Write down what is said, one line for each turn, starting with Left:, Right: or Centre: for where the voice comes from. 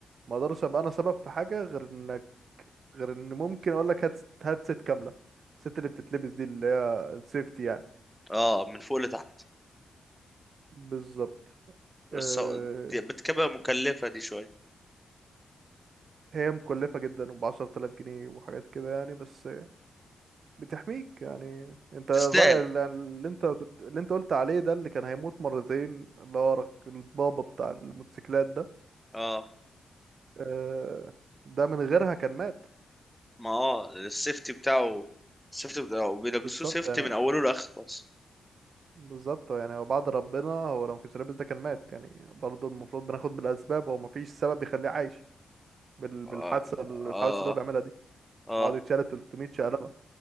Right: ما اقدرش ابقى انا سبب في حاجه غير انك غير ان ممكن اقول لك هات هات ست كامله الست اللي بتتلبس دي اللي هي السيفتي يعني
Centre: اه من فوق لتحت
Right: بالظبط
Centre: بس
Right: أه،
Centre: دي- بتبقى مكلفه دي شويه
Right: هي مكلفة جدا وبعشرة آلاف جنيه وحاجات كده يعني بس بتحميك يعني انت الرأي
Centre: تستاهل
Right: اللي اللي انت كنت اللي انت قلت عليه ده اللي كان هيموت مرتين اللي هو رك- البابا بتاع الموتوسيكلات ده
Centre: اه
Right: آه، ده من غيرها كان مات
Centre: ما اه السيفتي بتاعه السيفتي بتاعه بيلبسوه
Right: بالظبط
Centre: سيفتي
Right: يعني
Centre: من اوله لاخره بس
Right: بالظبط يعني هو بعد ربنا هو لو مكانش لابس ده كان مات يعني برضه المفروض بناخد بالأسباب هو مفيش سبب يخليه عايش بال- بالحادثة
Centre: اه
Right: الحوادث
Centre: اه
Right: اللي هو بيعملها دي
Centre: اه
Right: يقعد يتشال 300 شقلبة